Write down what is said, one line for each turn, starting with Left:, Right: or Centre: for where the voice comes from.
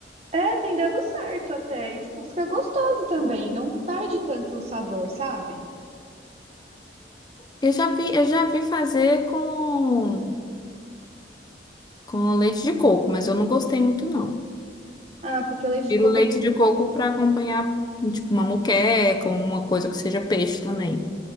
Right: É, tem dado certo até. E, tipo, fica gostoso também. Não perde tanto o sabor, sabe?
Left: Eu já vi, eu já vi fazer com, com leite de coco, mas eu não gostei muito, não.
Right: Ah, porque o leite de
Left: Tiro
Right: coco.
Left: leite de coco para acompanhar, tipo, uma moqueca, uma coisa que seja peixe também.